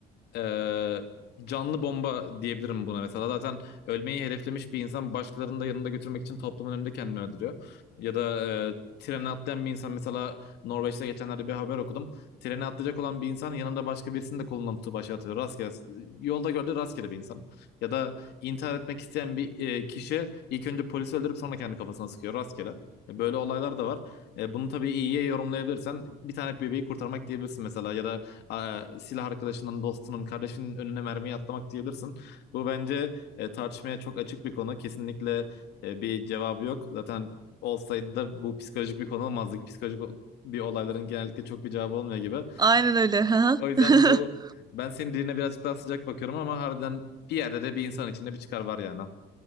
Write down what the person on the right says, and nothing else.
Aynen öyle. hı
hı.
<laughs>